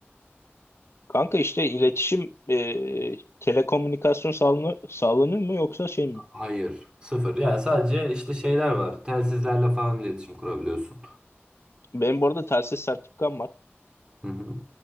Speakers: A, on the left; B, on the right.
A: Kanka işte iletişim, e, telekomünikasyon sağlanıyor, sağlanıyor mu yoksa şey mi?
B: Hayır. Sıfır. Ya sadece işte şeyler var. Telsizlerle falan iletişim kurabiliyorsun.
A: Benim bu arada telsiz sertifikam var.
B: Hı hı.